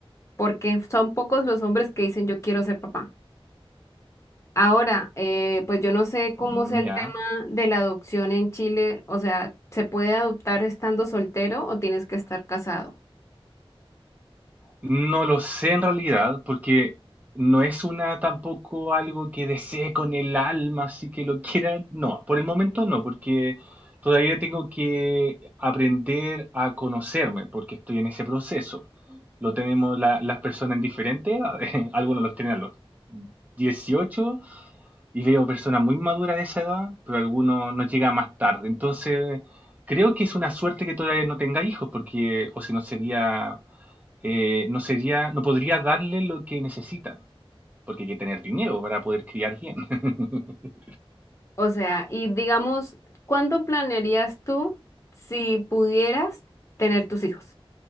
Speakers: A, on the left; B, on the right.
A: porque son pocos los hombres que dicen yo quiero ser papá. Ahora, eh, pues yo no sé cómo
B: mira.
A: sea el tema de la adopción en Chile. O sea, ¿se puede adoptar estando soltero o tienes que estar casado?
B: No lo sé en realidad, porque no es una tampoco algo que desee con el alma, así que lo <laughs> quiera. No, por el momento no, porque todavía tengo que aprender a conocerme, porque estoy en ese proceso. Lo tenemos la- las personas en diferentes edades. <laughs> Algunos los tienen a los 18 y veo personas muy maduras de esa edad, pero algunos nos llegan más tarde. Entonces, creo que es una suerte que todavía no tenga hijos, porque o si no sería eh, no sería, no podría darle lo que necesitan, porque hay que tener dinero para poder criar bien. <laughs>
A: O sea, y digamos, ¿cuándo planearías tú si pudieras tener tus hijos?